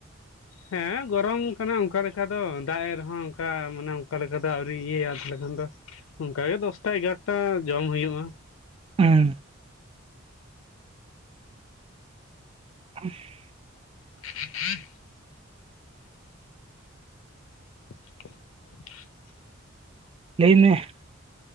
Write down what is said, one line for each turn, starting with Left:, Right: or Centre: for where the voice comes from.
Left: ᱦᱮᱸ ᱜᱚᱨᱚᱢ ᱠᱟᱱᱟ ᱚᱱᱠᱟ ᱞᱮᱠᱟ ᱫᱚ ᱫᱟᱜ ᱮ ᱨᱮᱦᱚᱸ ᱚᱱᱠᱟ ᱢᱟᱱᱮ ᱚᱱᱠᱟ ᱞᱮᱠᱟ ᱫᱚ ᱟᱹᱣᱨᱤ ᱤᱭᱟᱹᱭᱟ ᱛᱟᱦᱚᱞᱮ ᱠᱷᱟᱱ ᱫᱚ ᱚᱱᱠᱟᱜᱮ ᱫᱚᱥᱴᱟ ᱮᱜᱟᱨᱚᱴᱟ ᱡᱚᱢ ᱦᱩᱭᱩᱜᱼᱟ
Right: ᱦᱮᱸ <inaudible>
Left: <inaudible> <inaudible>
Right: ᱞᱟᱹᱭ ᱢᱮ᱾